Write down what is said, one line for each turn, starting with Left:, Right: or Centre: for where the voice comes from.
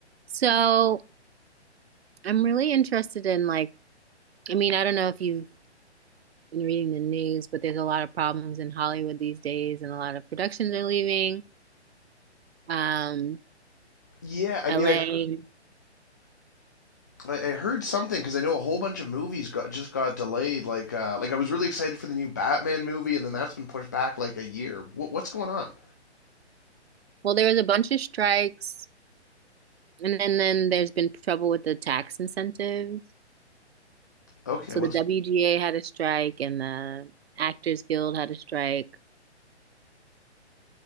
Right: So I'm really interested in like, I mean, I don't know if you've been reading the news, but there's a lot of problems in Hollywood these days, and a lot of productions are leaving. Um,
Left: Yeah, I
Right: LA.
Left: mean, I I heard something because I know a whole bunch of movies got just got delayed. Like, uh, like I was really excited for the new Batman movie, and then that's been pushed back like a year. What what's going on?
Right: Well, there was a bunch of strikes, and then, then there's been trouble with the tax incentives.
Left: Okay,
Right: So
Left: what's
Right: the WGA had a strike, and the Actors Guild had a strike.